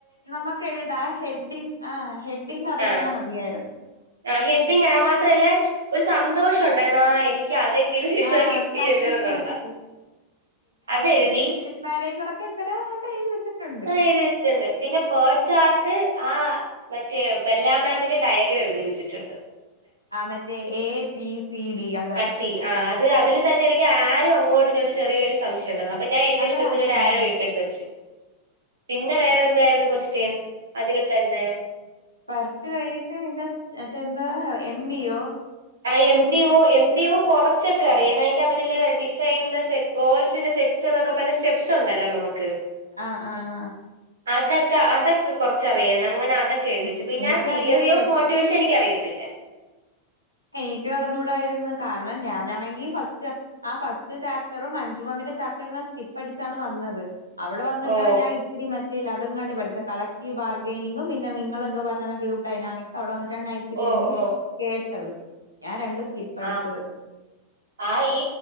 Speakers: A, on the right; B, on the right.
A: നമ്മക്ക് എഴുതാ ഹെഡ്ഡിങ് ആ ഹെഡ്ഡിങ്ങ് അറിഞ്ഞാ
B: ആ
A: മതിയായിരുന്നു
B: ആ ഹെഡിങ്, ആ മാത്രല്ല ഒരു സന്തോഷം ഉണ്ടായിരുന്നു ആ എനിക്ക് ഇൻക്യഅതെങ്കിലും എഴുതാൻ
A: ആഹ്
B: കിട്ടിയല്ലോ
A: സാറ്റിസ്ഫാക്ഷൻ
B: എന്നുള്ള, അതെഴുതി
A: മാനേജറൊക്കെ എന്തരാ കണ്ട എഴുതി വച്ചിട്ടുണ്ട്
B: എഴിതിവെച്ചിട്ട്ണ്ട് പിന്നെപ് പേൾചാർട്ട് ആ മറ്റേ ബെല്ലാ മാമിന്റെ ഡയഗ്രാം എഴുതിവെച്ചിട്ട്ണ്ട്
A: ആ മറ്റേ എ, ബി, സി, ഡി, അതാ
B: ത്തി ആഹ് അത് അതിൽന്ന എനിക്ക് ആരും അങ്ങോട്ട് അതില് തന്നെ ഇങ്ങനെ ആരോ അങ്ങോട്ട് ഇങ്ങോട്ടും ചെറിയരു സംശയം ഉണ്ടെർന്നു അപ്പോ ഞാൻ എന്റെ
A: അതാ
B: ഇഷ്ട്ടത്തിന് ഒരു
A: ആഹ്
B: ആരോ ഇട്ടിട്ട് വെച്ച്. പിന്നെ വേറെ എന്തായിരുന്നു കൊസ്റ്റൻ അതില് തന്നെ?
A: പർട്ട് കഴിഞ്ഞിട്ട് പിന്നെ മറ്റ എന്താ എം. ബി. ഒ
B: ആ M. B. O. M. B. O കുറച്ചൊക്കെ അറിയാം. അയിന്റെ അവരിലെ ഡിസൈന്റെ സെറ്റ് ഗോൾസിന്റെ സെറ്റ്സ് എന്നൊക്കെ പറഞ്ഞ സ്റ്റെപ്സ് ഉണ്ടല്ലോ നമുക്ക്
A: ആഹ് ആഹ് ആഹ്
B: അതൊക്ക അതൊക്ക കുറച്ചറിയണം. അങ്ങന അതൊ ഒക്കെഎഴുതി
A: ഉം
B: വെച്ച് പിന്നെ
A: എനിക്കും
B: തിയറിഓഫ്
A: അതിന്റെ സ്റ്റെപ്സും
B: മോട്ടിവേഷൻ എനിക്കറിയത്തില്ല
A: എനിക്ക് അറിഞ്ഞൂടായിരുന്ന് കാരണം ഞാനാണെങ്കി ഫസ്റ്റാ ആ ഫസ്റ്റ് ചാപ്റ്ററും മഞ്ജു മാമിന്റെ ചാപ്റ്ററിനെ സ്കിപ്പ് അടിച്ചാണ് വന്നത്. അവിടെ വന്നിട്ടാണ്
B: ഓ
A: ഞാൻ ഇത്തിരി മ <unintelligible> അതും കണ്ട് പഠിച്ച കളക്റ്റീവ് ബാർഗെനിങ്ങും പിന്നെ നിങ്ങളെന്തോ പറഞ്ഞന്ന ഗ്രൂപ്പ് ഡൈനാമിക്സ് ഔടെ വന്നിട്ടാണ് നൈറ്റ് ഇച്ചിരിഎങ്കിലും
B: ഓ ഓ
A: കേട്ടത്, ഞാൻ രണ്ട് സ്കിപ്പ് അടിച്ചത്.
B: ആഹ് ആഹ് ഈ